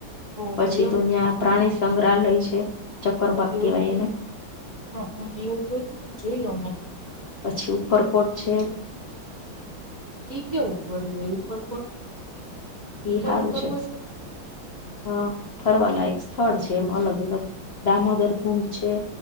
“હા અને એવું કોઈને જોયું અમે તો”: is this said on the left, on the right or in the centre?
Right